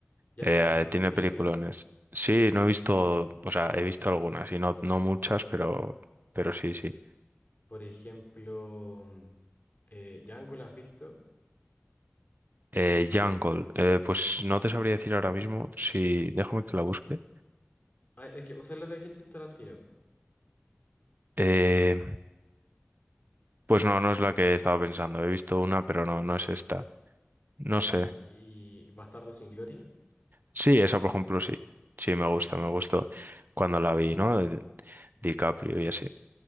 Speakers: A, on the left; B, on the right.
A: ¿Ya,
B: Eh,
A: ya has visto sus
B: tiene
A: películas?
B: peliculones. Sí, no he visto, o sea, he visto algunas y no, no muchas, pero, pero sí, sí.
A: Por ejemplo, mm, eh, Django, ¿la has visto?
B: Eh, Jungle, eh, pues no te sabría decir ahora mismo, si déjame que la busque.
A: Ah, es que, o sea, la de Quentin Tarantino. po.
B: Eh, Pues no, no es la que estaba pensando. He visto una, pero no, no es esta. No
A: Ah,
B: sé.
A: ya. Y Bastardo sin Gloria.
B: Sí, esa por ejemplo sí. Sí, me gusta,
A: Ya.
B: me gustó cuando la vi, ¿no? De DiCaprio y así.